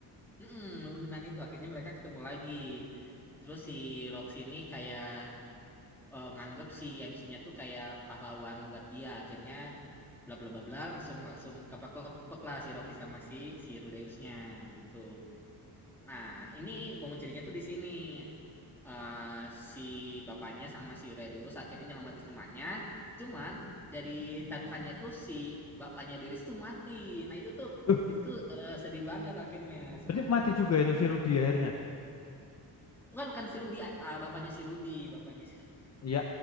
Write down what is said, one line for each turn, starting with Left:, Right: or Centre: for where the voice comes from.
Centre: eh, mm-mm, dan itu akhirnya mereka ketemu lagi terus si Rox ini kayak eh, nganggep si MC-nya tuh kayak pahlawan buat dia akhirnya bla bla bla bla langsung langsung keplek-keplek lah si Roxy sama si si Rudeusnya gitu nah ini momen ceritanya tuh di sini eh, si bapaknya sama si Redus akhirnya nyelamatin si emaknya. Cuman dari taruhannya tuh si bapaknya Redus tuh mati. Nah itu tuh
Left: Duh,
Centre: itu tuh, eh, sedih banget akhirnya sedih
Left: berarti
Centre: banget.
Left: mati juga itu si Rudy akhirnya.
Centre: Bukan bukan si Rudy, ah, bapaknya si Rudy, bapaknya si Rudy.
Left: Iya,